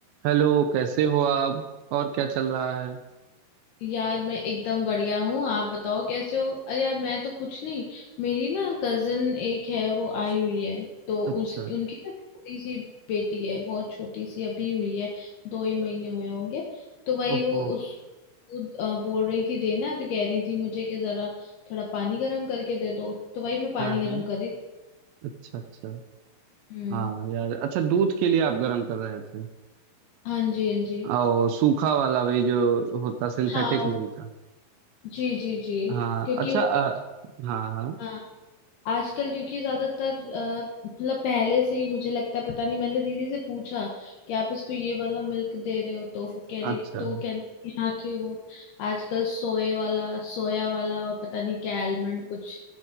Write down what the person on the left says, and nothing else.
यार मैं एकदम बढ़िया हूँ आप बताओ कैसे हो अरे यार मैं तो कुछ नहीं मेरी ना कजन एक है वो आई हुई है तो
उस उनकी ना छोटी सी बेटी है बहुत छोटी सी अभी हुई है दो ही महीने हुए होंगे तो वही
वो उसको अ, बोल रही थी देना तो कह रही थी मुझे कि जरा थोड़ा पानी गर्म करके दे दो तो वही मैं पानी
गर्म कर रही
हम्म
हाँ जी हाँ जी
हाँ वो-
जी जी जी
क्योंकि
वो
हाँ आजकल क्योंकि ज्यादातर अ, मतलब पहले से ही मुझे लगता है पता नहीं मैंने दीदी से पूछा कि आप इसको ये वाला मिल्क दे रहे हो तो वो कह रही
तो वो कहती है, हाँ कि वो आजकल सोए वाला सोया वाला और पता नहीं क्या आलमंड कुछ